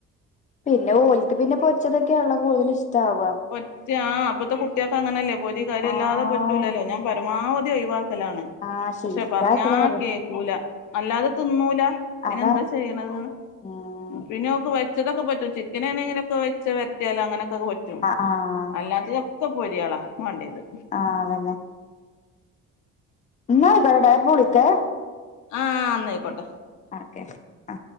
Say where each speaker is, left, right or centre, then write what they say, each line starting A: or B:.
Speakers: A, on the left; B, on the left.
A: പിന്നെ ഓലിക്ക് പിന്നെ പൊരിച്ചതൊക്കെയണല്ലൊ കൂടുതൽ ഇഷ്ടവ
B: പോരിച്ച ആ ഇപ്പഴത്തെ കുട്ടിക്ക് അങ്ങനെയല്ലേ പൊരി കരി
A: ആഹ്
B: അല്ലാതെ പ പറ്റൂലല്ലോ ഞാൻ പരമാവധി ഒഴിവാക്കലാണ്
A: ആഹ് ശീലിച്ചാക്കണ്
B: പക്ഷെ പറഞ്ഞ
A: പറയും
B: കേക്കൂല അല്ലാതെ തിന്നൂല പിന്നെ
A: അതാ
B: എന്താ ചെയ്യണത്
A: ഉം
B: പിന്നെഓക്ക്. ചിക്കനൊക്കെ പറ്റും ചിക്കനൊക്കവെച്ച് വരറ്റ്യാല് അങ്ങനെക്കെ പറ്റും.
A: ആഹ് ആഹ്
B: എല്ലാത്തിനൊക്ക പൊരിയാളാ വാണ്ടേത്.
A: ആഹ് അതന്നെ ന്നബടെ ബളിക്കെ
B: ആഹ് ന്നയിക്കോട്ടെ.
A: ഓക്കെ. ആ